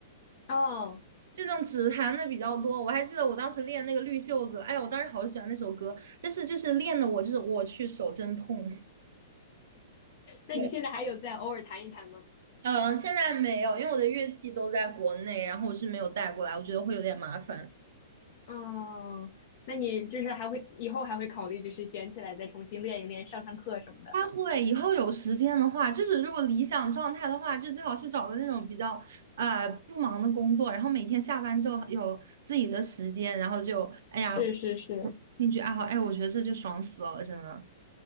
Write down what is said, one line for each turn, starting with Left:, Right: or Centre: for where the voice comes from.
Left: 哦，
Right: 这种指弹的比较多。我还记得我当时练那个绿袖子，哎呀，我当时好喜欢那首歌，但是就是练的我就是我去手真痛。<laughs>
Left: 那你现在还有在偶尔弹一弹吗？
Right: 对，嗯，现在没有，因为我的乐器都在国内，然后我是没有带过来，我觉得会有点麻烦。
Left: 哦，那你就是还会以后还会考虑就是捡起来再重新练一练，上上课什么的。
Right: 他会以后有时间的话，就是如果理想状态的话，就最好是找个那种比较呃不忙的工作，然后每天下班之后有自己的时间，然后就哎呀
Left: 是是是，
Right: 兴趣爱好，哎，我觉得这就爽死了，真的。